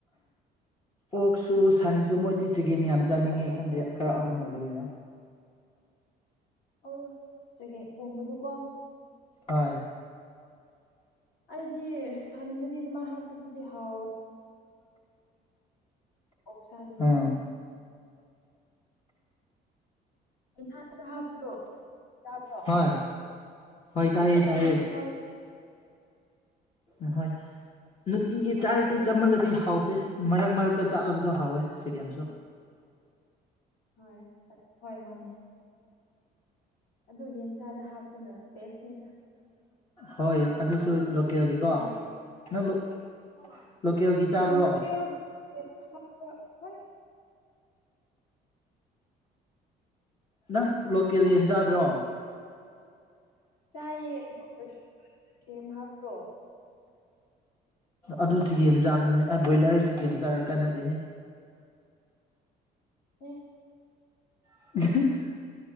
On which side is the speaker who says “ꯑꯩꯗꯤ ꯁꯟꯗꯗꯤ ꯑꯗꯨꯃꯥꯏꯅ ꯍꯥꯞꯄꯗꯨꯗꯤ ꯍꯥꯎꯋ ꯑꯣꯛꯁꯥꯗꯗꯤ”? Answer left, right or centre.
Left